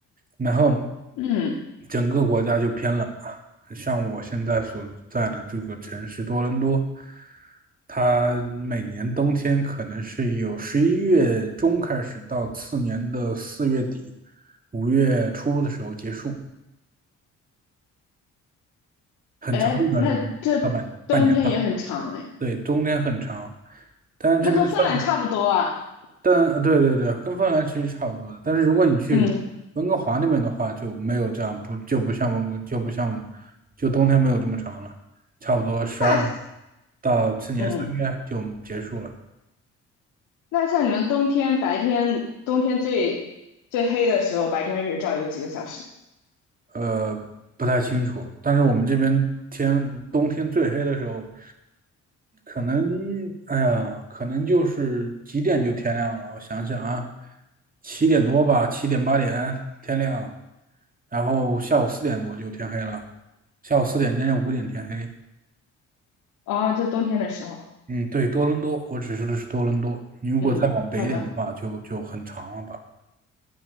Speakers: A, on the right; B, on the left.
A: 然后
B: 嗯，
A: 整个国家就偏冷嘛，像我现在所在的这个城市多伦多，它每年冬天可能是有十一月中开始到次年的四月底、五月初的时候结束，很长的一段时间，
B: 哎，那这冬天也很长哎，
A: 大半半年吧。对，冬天很长，但是这边算。
B: 那和芬兰差不多啊。
A: 但呃对对对，跟芬兰其实差不多的。但是如果你去温哥华那边的话，
B: 嗯，
A: 就没有这样，不就不像温哥，就不像，就冬天没有这么长了，差不多十二月
B: 那
A: 到次年三月就结束了。
B: 嗯，那像你们冬天白天冬天最最黑的时候，白天日照有几个小时？
A: 呃，不太清楚，但是我们这边天冬天最黑的时候，可能，哎呀，可能就是几点就天亮了。我想想啊，七点多吧，七点八点天亮，然后下午四点多就天黑了，下午四点将近五点天黑。
B: 哦，就冬天的时候，
A: 嗯，对，多伦多，我指说的是多伦多。你如果再往北一点的话，
B: 嗯，好的。
A: 就就很长了吧。